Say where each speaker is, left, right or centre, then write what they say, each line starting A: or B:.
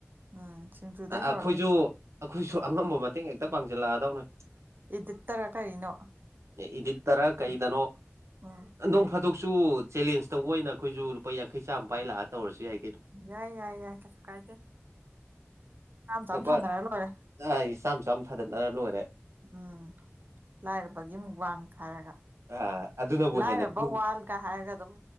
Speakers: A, on the right; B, on the right.
A: ꯎꯝ ꯁꯤꯁꯤꯡꯖꯨꯗ
B: ꯑꯩꯈꯣꯏꯁꯨ
A: ꯍꯥꯏꯋꯥꯒꯦ
B: ꯑꯩꯈꯣꯏꯁꯨ ꯑꯉꯝꯕ ꯃꯇꯦꯡ ꯍꯦꯛꯇ ꯄꯥꯡꯁꯤꯜꯂꯛꯑꯗꯧꯅꯦ
A: ꯏꯗꯤꯠꯇꯔ ꯀꯔꯤꯅꯣ
B: ꯏꯗꯤꯠꯇꯔ ꯀꯩꯗꯅꯣ
A: ꯎꯝ
B: ꯅꯣꯡ ꯐꯥꯗꯣꯛ ꯁꯨ ꯆꯦꯂꯦꯟꯖ ꯇꯧꯕ ꯑꯣꯏꯅ ꯑꯩꯈꯣꯏꯁꯨ ꯂꯨꯄꯥ ꯌꯥꯡꯈꯩ ꯆꯥꯝꯃꯄꯥꯥꯏ ꯂꯥꯛꯑ ꯇꯧꯔꯁꯨ ꯌꯥꯏ ꯀꯩꯅꯣ
A: ꯌꯥꯏ ꯌꯥꯏ ꯌꯥꯏ ꯀꯁ ꯀꯥꯏꯗꯦ ꯌꯥꯝꯝ ꯇꯝ
B: ꯂꯨꯄꯥ
A: ꯊꯥꯅꯔ ꯂꯣꯏꯔꯦ
B: ꯆꯥꯝ ꯆꯥꯝ ꯆꯝ ꯊꯥꯗꯠꯅꯔ ꯂꯣꯏꯔꯦ
A: ꯎꯝ ꯂꯥꯏꯔꯕꯒꯤ ꯑꯃꯨꯛ ꯋꯥꯡ ꯍꯥꯏꯔꯒ
B: ꯑ ꯑꯗꯨꯅꯕꯨ
A: ꯂꯥꯏꯔꯕ
B: ꯍꯦꯟꯅ ꯚ꯭ꯌꯨ
A: ꯋꯥꯜꯒ ꯍꯥꯏꯔꯒ ꯑꯗꯨꯝ